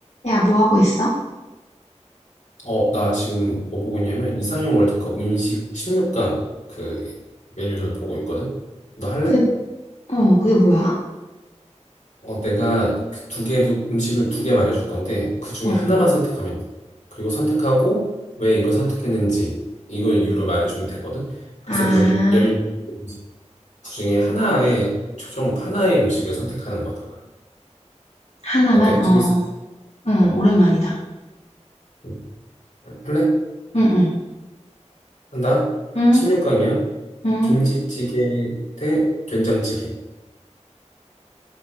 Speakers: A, on the left; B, on the left.
A: 야, 뭐 하고 있어?
B: 어, 나 지금 뭐 보고 있냐면 이상형 월드컵 음식 16강 그 메뉴들 보고 있거든. 너 할래?
A: 그게, 어, 그게 뭐야?
B: 어, 내가 그 두 개도 음식을 두 개 말해줄 건데 그 중에
A: 어, 어.
B: 하나만 선택하면 돼. 그리고 선택하고 왜 이걸 선택했는지 이걸 이유를 말해주면 되거든. 그래서
A: 아,
B: 결국 16개 음식 그 중에 하나의 최종 하나의 음식을 선택하는 거다가
A: 하나만?
B: 어때?
A: 어,
B: 재밌어?
A: 어. 응,
B: 어,
A: 오랜만이다.
B: 응. 할래?
A: 응, 응.
B: 한다.
A: 응,
B: 16강이야.
A: 응.
B: 김치찌개 대 된장찌개.